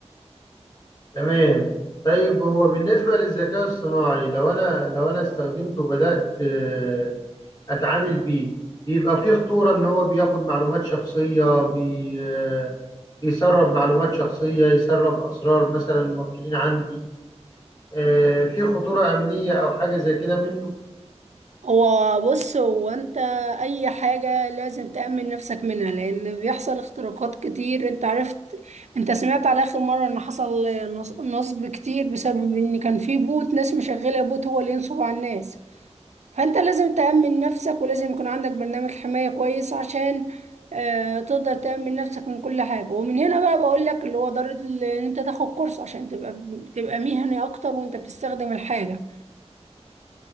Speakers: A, on the left; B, on the right.
A: تمام طيب هو بالنسبة للذكاء الصناعي لو أنا لو أنا استخدمته وبدأت آه، أتعامل بيه بيبقى فيه خطورة إن هو بياخد معلومات شخصية بي آه، بيسرب معلومات شخصية يسرب أسرار مثلا موكلين عندي آه، في خطورة أمنية أو حاجة زي كده منه
B: هو بص هو انت اي حاجة لازم تأمن نفسك منها لان بيحصل اختراقات كتير انت عرفت انت سمعت على اخر مرة ان حصل نص- نصب كتير بسبب ان كان في بوت ناس مشغلة بوت هو اللي ينصب على الناس فانت لازم تأمن نفسك ولازم يكون عندك برنامج حماية كويس عشان اه تقدر تأمن نفسك من كل حاجة ومن هنا بقى بقول لك اللي هو ضرورة ال- ان انت تاخد كورس عشان تبقى تبقى مهني اكتر وانت بتستخدم الحاجة